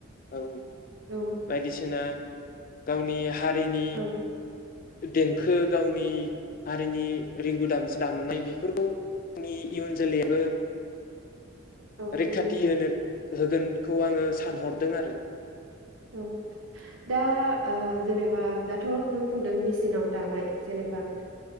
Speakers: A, on the left; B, on the right.
A: औ
B: औ
A: बायदिसिना गावनि हारिनि
B: औ
A: देंखो गावनि हारिनि रिंगु दामसा दामनाय बेफोरखौ जोंनि इयुन जोलैआबो
B: औ
A: रैखाथि
B: नंगौ नोंथां
A: होनो होगोनखौ आङो सानहरदों आरो
B: औ दा ओ जेनेबा दाथ' नों बुंदों मेसिनाव दानाय जेनेबा